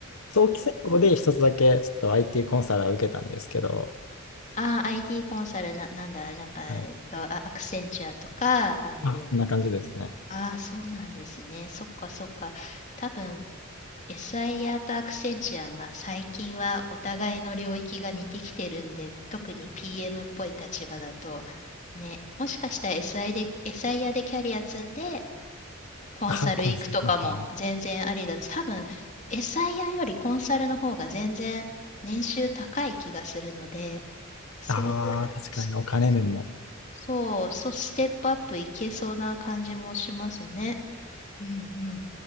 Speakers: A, on the left (about 90°); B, on the left (about 35°).
A: 早期選考で一つだけちょっと IT コンサルを受けたんですけど、
B: ああ、IT コンサルな、なんだ、なんか、
A: はい。
B: えっと、あアクセンチュアとか、ああいう、
A: あ、そんな感じですね。
B: ああ、そうなんですね。そっか、そっか。多分、エサイヤとアクセンチュア、まあ、最近はお互いの領域が似てきてるんで、特に PM っぽい立場だと、ね、もしかしたら SI で、SI でキャリア積んで、コンサル行くとかも全然ありだと、
A: あ、コンサルの方に。
B: 多分 SIR よりコンサルの方が全然年収高い気がするので、そういう、
A: ああ、確かにお金面も。
B: そそう、そう、ステップアップいけそうな感じもしますね。うんうん。